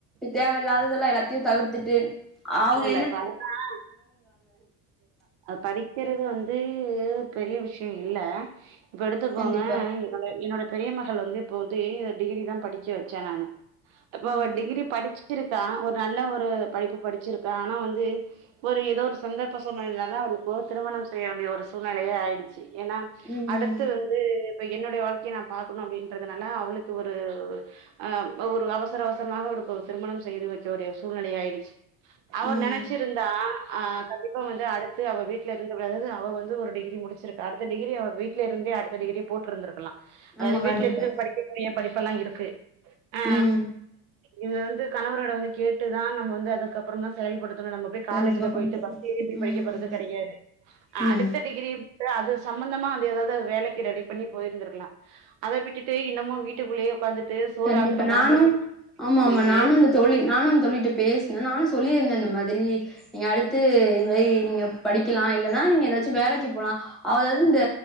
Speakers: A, in the centre; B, on the right (about 70°).
A: தேவயில்லாததெல்லா எல்லாத்தையு தவிர்த்துட்டு அவ்ங்
B: <unintelligible> படிக்கிறது வந்து து பெரிய விஷ்யோ இல்ல இப்போ எடுத்துக்கோங்க
A: கண்டிப்பா
B: என்னோட என்னோட பெரிய மகள் வந்து இப்போ டிகிரி டிகிரி தா படிக்க வெச்ச நானு அப்ப
A: ம்
B: அவ டிகிரி படிச்சி ருக்கா ஒரு நல்ல ஒரு படிப்பு படிச்சிருக்கா ஆனா வந்து ஒரு ஏதோ ஒரு சந்தர்ப்ப சூழ்நிலைலதா அவளுக்கு திருமணோ செய்ய வேண்டிய ஒரு சூழ்நிலையே ஆய்டிச்சு ஏன்னா
A: ம்
B: அடுத்து வந்து பெய் என்னுடைய வாழ்க்கைய நா பாக்கணோ அப்டின்றதனால அவளுக்கு ஒரு அ ஒரு அவசர அவசரமாக அவளுக்கு ஒரு திருமணம் செய்து வெக்க வேண்டிய ஒரு சூழ்நிலை ஆயிடுச்சு அவரு
A: ம்
B: நெனச்சிருந்தா அ கண்டிப் அப்போ வந்து அடுத்து அவ வீட்ல இருந்து அதாவ்து அவ வந்து ஒருடிகிரி முடிச்சிருக்கு அடுத்த டிகிரி அவ வீட்லேருந்தே அடுத்த டிகிரிய போட்ருந்தருக்கலாம்
A: ஆமா
B: அது
A: கண்டிப்பா
B: வீட்ல இருந்துப் படிக்கக்கடிய படிப்பெல்லான் இருக்கு ஆ
A: ம்
B: இது வந்து கணவரோட வந்து கேட்டுதான் நம்ம வந்து அத க்கப்பறம் தான் செயல்படுத் நம்ம போய்
A: கண்டிப்பா
B: காலேஜ்ல போயிட்டு
A: கண்டிப்பா
B: ஃபஸ்ட் டிகிரி
A: ம்
B: படிக்க போறது கிடையாது
A: ம்
B: அடுத்த டிகிரி அது சம்பந்தமா அது ஏதாவது வேலைக்கு ரெடி பண்ணி போயிருந்திருக்கலாம் அதை விட்டுட்டு இன்னமும் வீட்டுக்குள்ளயே உட்காந்துட்டு சோறு
A: கண்டிப்பா
B: ஆக்குறேன், குழம்பு
A: நானும்
B: வைக்கிறேன்னு
A: ஆமா
B: சொல்லிட்டு
A: ஆமா நானும் அந்த தோழி நானும் அந்த தோழிட்டே பேசினேன் நானும் சொல்லிருந்த அந்த மாதிரி நீங்க அடுத்து இது மாதிரி நீங்க படிக்கலாம் இல்ன்னா நீங்க ஏதாச்சும் வேலைக்கு போலாம் அதாவது இந்த